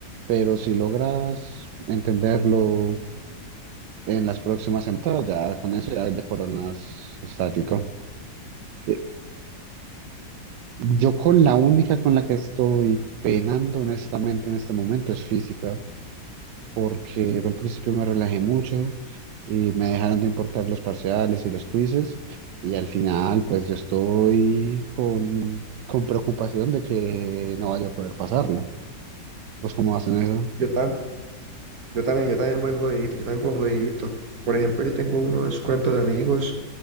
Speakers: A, on the right; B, on the right.
A: pero si logras entenderlo en las próximas semanas, ya con eso ya, ya coronas estático. Eh, Yo con la única con la que estoy penando honestamente en este momento es física. porque al principio me relajé mucho y me dejaron de importar los parciales y los quizzes y al final pues yo estoy con, con preocupación de que no vaya a poder pasarla. ¿Pues cómo hacen eso?
B: yo, tam- yo también, yo también voy jodidito, yo también voy jodidito. Por ejemplo, yo tengo unos cuantos amigos,